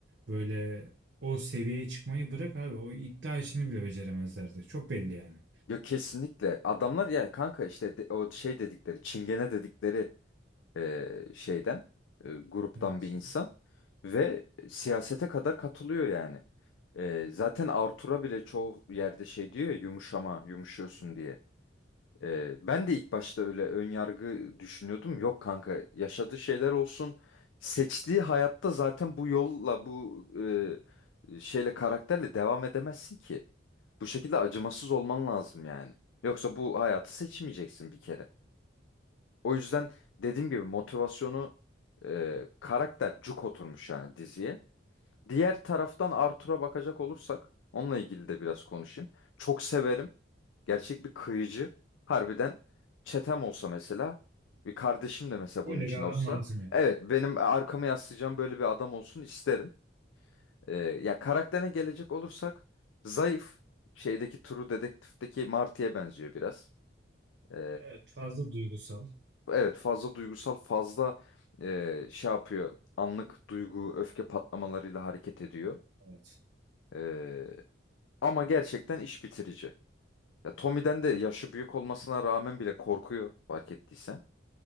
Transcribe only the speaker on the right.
böyle o seviyeye çıkmayı bırak abi. O iddia işini bile beceremezlerdi. Çok belli yani.
Evet.
Öyle
bir
adam lazım ya.
Evet, fazla duygusal.
Evet.